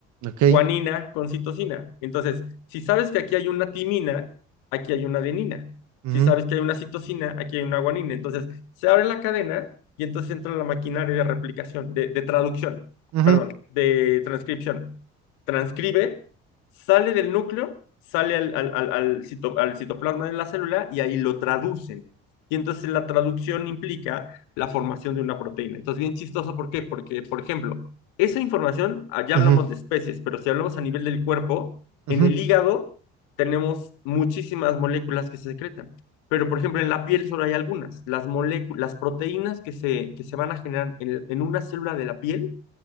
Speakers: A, on the right; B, on the left.
A: Ok.
B: guanina con citosina. Entonces, si sabes que aquí hay una timina, aquí hay una adenina.
A: Ujú.
B: Si sabes que hay una citosina, aquí hay una guanina. Entonces, se abre la cadena y entonces entra la maquinaria de replicación, de, de traducción,
A: Ujú.
B: perdón, de transcripción. Transcribe, sale del núcleo, sale al, al, al, al cito- al citoplasma de la célula y ahí lo traducen. Y entonces la traducción implica la formación de una proteína. Entonces, bien chistoso, ¿por qué? Porque, por ejemplo, esa información, ah, ya
A: Ujú.
B: hablamos de especies, pero si hablamos a nivel del cuerpo,
A: Ujú.
B: en el hígado tenemos muchísimas moléculas que se secretan. Pero, por ejemplo, en la piel solo hay algunas. Las moléculas, las proteínas que se, que se van a generar en, en una célula de la piel